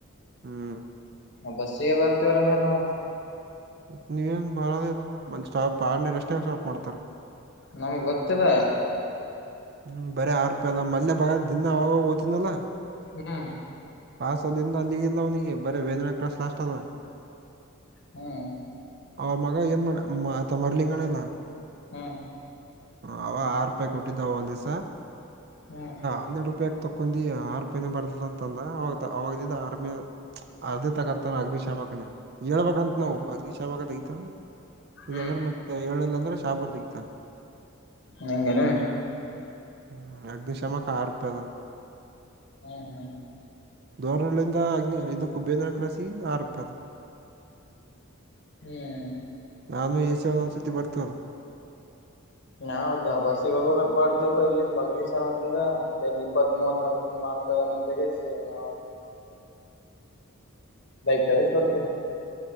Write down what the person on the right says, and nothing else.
ಹ್ಮ್
ಮ ನೀವೇಏನ್ ಬರೋದ ಇಲ್ಲ ಮ ಸ್ಟಾಪ್ ಆರನೇಷ್ಟೇ ಸ್ಟಾಪ್ ಮಾಡ್ತಾರ
ಹ್ಮ್ ಬರಿ ಆರು ರೂಪಾಯಿ ಅದ ಮನೆ ಬಾಗ ದಿನ ಅವಾಗ ಅವಾಗ ಹೊತಿಡ್ಣಿ ಅಲಾ
ಕ ಅಲ್ಲಿಂದ ಅಲ್ಲಿಲ್ಲ ಬರೇ ವೇದಾನೆ ಕ್ರಾಸ ಲಾಸ್ಟ್ ಆದ
ಆ ಮಗ ಏನ್ ಮಾಡ ಆತ ಮರಲಿಂಗನ ಎಲ್ಲ
ಹ ಅವ ಆರು ರೂಪಾಯಿ ಕೊಟ್ಟಿದ್ದಾವ ಒಂದ್ ದಿವಸ
ಹನ್ನೆರಡು ರೂಪಾಯಿ ತಕೊಂಡಿ ಆರುೂಪಾಯಿನ ಬರ್ತದ ಅಂತಂದ ಅವಾಗಲಿದ್ದ ಆರಮೇ ಅರ್ಧೇ ತಗತ್ತಾನ ಅಗ್ನಿಶಾಮಕನೇ ಹೇಳ್ಬೇಕಂತ
ನಾವು ಅಗ್ನಿಶ ಶಾಮಗ್ ತೆಗತ
ಇಲ್ಲ ಅಂದ್ರೆ ಮತ್ತೆ ಏಳಲ್ಲ ಅಂದ್ರೆ ಶಾಪರ್ ತೆಗತಾರ
ಹ್ಮ ಅಗ ದ ಶಷಮಕ ಆ ರಪದ
ಧೋರ್ಣಗಳಿಂದ ಅಗ್ನಿ ಇದಕ್ಕೂ ಬೇಂದಿನ ಕ್ರಾಸಿ ಆರಪ ಅದ
ನಾನು ಎಸ ಒಂದ ಒಂದ್ಸತಿ ಬರ್ತವರು